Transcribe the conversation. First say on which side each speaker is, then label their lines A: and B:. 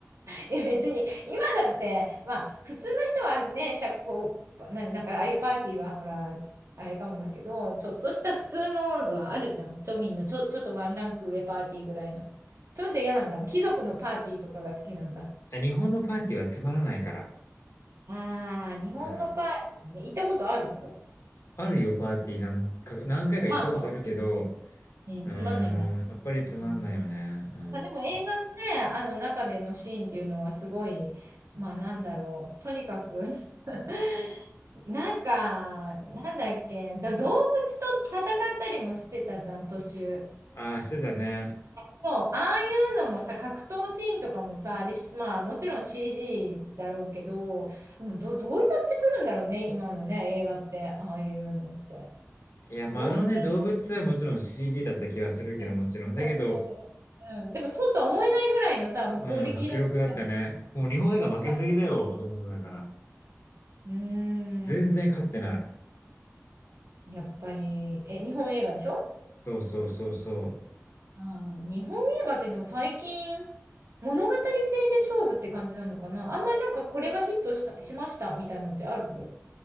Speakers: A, on the right; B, on the left.
A: いや、別に、今だって、まあ、普通の人はね、社交場、な、なんか、ああいうパーティーは、ほら、あれかもだけど、ちょっとした普通のはあるじゃん。庶民のちょ、ちょっとワンランク上パーティーぐらいの。そんじゃ嫌なんだもん。貴族のパーティーとかが好きなんだ。
B: あ日本のパーティーはつまらないから。
A: ああ、日本のパーティーね。
B: うん。
A: 行ったことあるの
B: あるよ、パーティーなんか、何回か行ったことあるけど、
A: まあまあ、うん、
B: うーん、
A: つまんないんだ。
B: やっぱりつまんないよね。
A: うん
B: う
A: まあ、でも映画のね、
B: ん。
A: あの中でのシーンっていうのはすごい、まあなんだろう、とにかく <laughs> なんか、なんだっけ、ど動物と戦ったりもしてたじゃん、途中。
B: ああ、してたね。
A: そう、ああいうのもさ、格闘シーンとかもさ、あれし、まあもちろん CG だろうけど、でもど、どうやって撮るんだろうね、今のね、映画って、ああいうのって。
B: いや、まあ、
A: 合成、
B: あのね、動物はもちろん CG だった気はするけど、
A: うん
B: もちろん。だけど、
A: そうだねうんでもそうとは思えないぐらいのさ、もうクオリティだったじゃん。
B: うん、迫力だったね。もう日本映画負けすぎだよ、
A: うん、迫
B: と思ってたから。
A: うーん。
B: 全然勝ってない。
A: やっぱり、え、日本映画でしょ
B: そうそうそうそう。
A: あー日本映画ってでも最近、物語性で勝負って感じなのかなあんまりなんかこれがヒットした、しましたみたいのってある